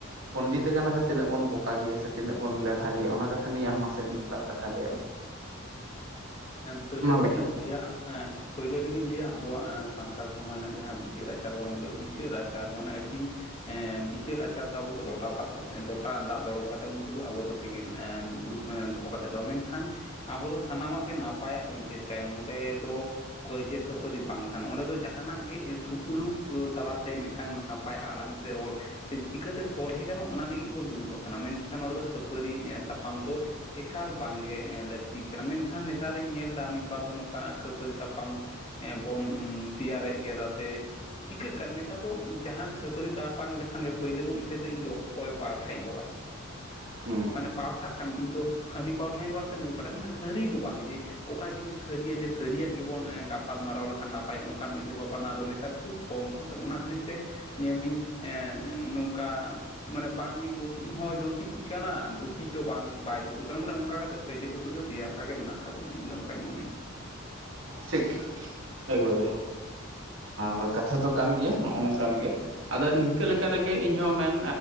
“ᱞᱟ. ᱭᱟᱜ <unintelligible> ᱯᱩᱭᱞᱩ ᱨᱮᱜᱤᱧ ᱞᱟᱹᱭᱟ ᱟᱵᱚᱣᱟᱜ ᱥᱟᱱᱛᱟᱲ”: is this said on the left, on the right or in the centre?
Left